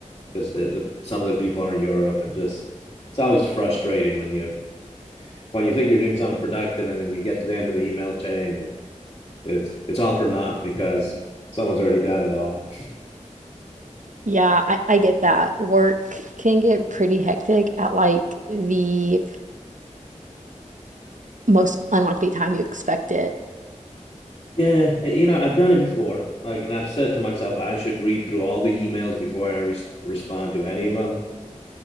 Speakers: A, on the left; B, on the right.
A: because the, the some of the people are in Europe and just it's always frustrating when you when you think you're doing something productive and then you get to the end of the email chain and it's it's all for naught because someone's already done it all.
B: Yeah, I, I get that. Work can get pretty hectic at like the most unlikely time you expect it.
A: Yeah, eh, you know, I've done it before. Like, and I've said to myself, I should read through all the emails before I re respond to any of them.